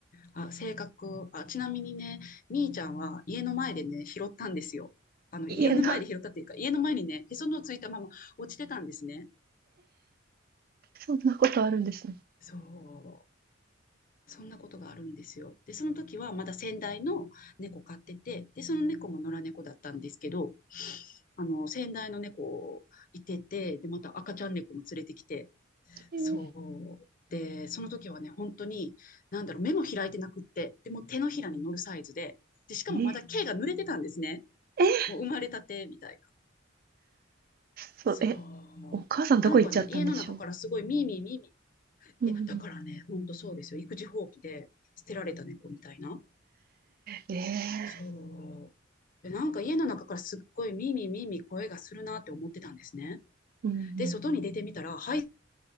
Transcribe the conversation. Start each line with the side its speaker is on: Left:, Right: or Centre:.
Left: あ、性格。あ、ちなみにね、みーちゃんは家の前でね、拾ったんですよ。あの、
Right: 家の、
Left: 家の前で拾ったっていうか、
Right: <laughs>
Left: 家の前にね、へその緒ついたまま落ちてたんですね。
Right: そんなことあるんですね。
Left: そう。そんなことがあるんですよ。で、その時はまだ先代の猫飼ってて、で、その猫も野良猫だったんですけど、あの、先代の猫いてて、で、また赤ちゃん猫も連れてきて、
Right: えー、
Left: そう。で、その時はね、本当に、なんだろう、目も開いてなくって、でもう手のひらに乗るサイズで、で、しかもまだ毛が濡れてたんですね。
Right: えー、えー
Left: もう生まれたてみたいな。
Right: そう、
Left: そう。
Right: え、お母さんどこ行っちゃったんでしょう。
Left: なんかね、家の中からすごいミーミーミーミー。
Right: うん、
Left: え、だからね、ほんとそうですよ。育児放棄で捨てられた猫みたいな。
Right: え
Left: そう。で、なんか家の中からすっごいミーミーミーミー声がするなって思ってたんですね。
Right: ー、うん、
Left: で、外に出てみたら、排